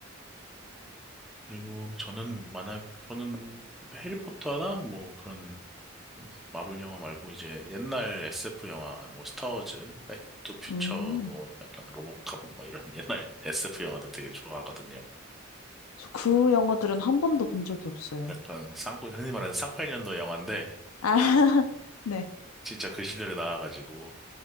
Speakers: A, in the centre; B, on the left.
A: 그리고 저는 만약 저는 해리포터나 뭐 그런 마블 영화 말고 이제 옛날 SF 영화 뭐 스타워즈, 백투퓨처
B: 네음또네음어저
A: 뭐 약간 로보캅 뭐 이런 <laughs> 옛날 SF 영화들 되게 좋아하거든요.
B: 그 영화들은 한 번도 본 적이 없어요
A: 약간 쌍 흔히 말하는 쌍팔년도 영화인데
B: 아, 네.
A: 진짜 그 시대를 나와가지고